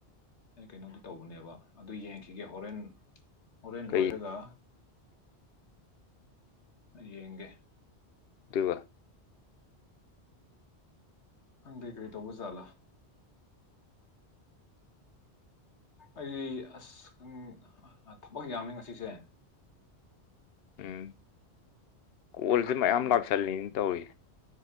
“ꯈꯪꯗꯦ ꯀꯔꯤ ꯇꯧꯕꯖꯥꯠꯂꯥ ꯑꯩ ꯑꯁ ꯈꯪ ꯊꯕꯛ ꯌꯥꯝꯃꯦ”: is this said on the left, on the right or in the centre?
Left